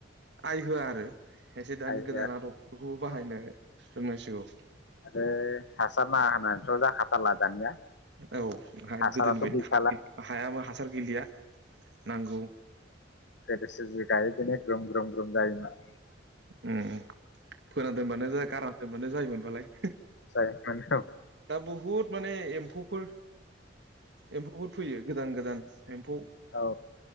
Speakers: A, on the right; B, on the left.
A: आइ होआ आरो एसे दानि
B: आइ होआ
A: गोदान आदबफोरखौबो बाहायनो
B: औ
A: रोंनांसिगौ।
B: आरो हासार नाङा होनानैथ' जाखाथारला दानिया।
A: औ
B: हासाराथ'
A: गोदोनि बायदिनो
B: गैखाला
A: <unintelligible> हाया हासार गैलिया। नांगौ।
B: लोगोसे जि गायो बेनो ग्रुम ग्रुम ग्रुम जायोमोन
A: उम फोना दोनबानो जा गारना दोनबानो जायोमोनबालाय।
B: जायोमोन औ।
A: दा बुहुद माने एम्फौफोर एम्फौफोर फैयो गोदान गोदान। एम्फौ
B: औ